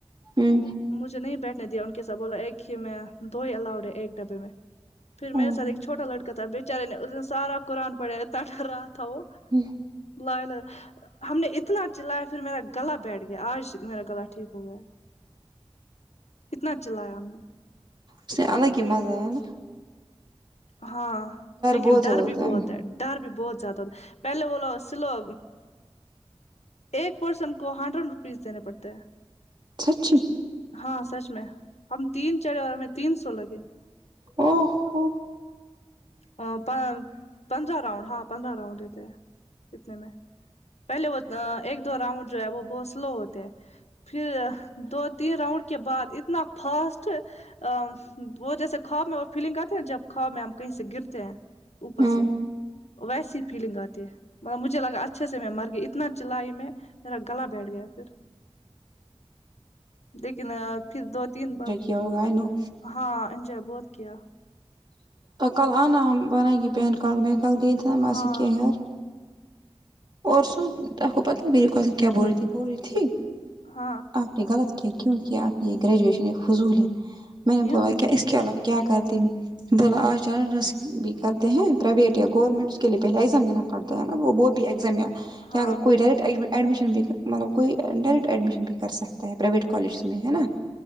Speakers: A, on the right; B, on the left.
A: ہوں
B: مجھے نہیں بیٹھنے دیا ان کے ساتھ بولا ایک ہی میں دو ہی الاؤڈ ہے ایک ڈبے میں پھر
A: ہ
B: میرے سات ایک چھوٹا لڑکا تھا بچارے نے اس دن سار قرآن پڑھا اتنا درر رہا تھا وه
A: ہوں
B: مہینے ہم نے اتنا چلایا پھر میرا گلا بیٹھ گیا آج میرا گلا ٹھیک ہو گیا کتنا چلایا ہم نے
A: اس الگ ہی مزہ ہے نا
B: ہاں لیکن
A: بہت
B: ڈر
A: زیادہ ہوتا
B: بھی بہت ہے ڈر بھی بہت زیادہ ہوتا پہلے وہ لو سلو ایک پرسن کو ہنڈریڈ روپیز دینے پڑتے ہیں
A: سچھی
B: ہاں سچ میں ہم تین چڑھے اور ہمیں تین سو لگے
A: او ہو
B: ا پان پندرہ راؤنڈ ہاں پندرہ راؤنڈ دیتے ہیں کتنے میں پہلے وہ ایک دو راؤنڈ جو ہے وہ بہت سلو ہوتے ہیں پھر دو تین راؤنڈ کے بعد اتنا فاسٹ ا وہ جیسے خواب میں فیلنگ آتے نہ جب خواب میں ہم کہیں سے گرتے ہیں اوپر
A: ہاں
B: سے ویسی فیلنگ آتی ہے م مجھے لگا اچھے سے میں مر گئی اتنا چلائی میں میرا گلا بیٹھ گیا پھر لیکن ا پھر دو تین بار
A: کہ ہوگا نوں
B: ہاں انجوائے بہت کیا
A: ا کل آنا ہم بنائینگے پین کاڈ میر کال دیدے موسی
B: ہاں
A: کے گھر اور سن آپ کو پتہ میری کزن کیا بول رہی تھی بول رہی تھی
B: ہاں
A: آپ نے غلط کی کیوں آپ یہ گریجویشن فضول ہی میں نے
B: کیوں
A: بولا کے اس کے علاوہ میں کیا کرتی میں بولا آج رس بھی کرتے ہیں پرائیویٹ یا گورنمنٹ اس کے لیے پہلے ایگزام دینا پڑتا ہے نا وہ بہت ایگزام یا
B: ہاں
A: یا اگر کوئی ڈائریکٹ عدد ایڈمیشن بھی مطلب کوئی ڈائریکٹ ایڈمیشن بھی کر سکتا ہے پرائیویٹ کالجز میں ہے نا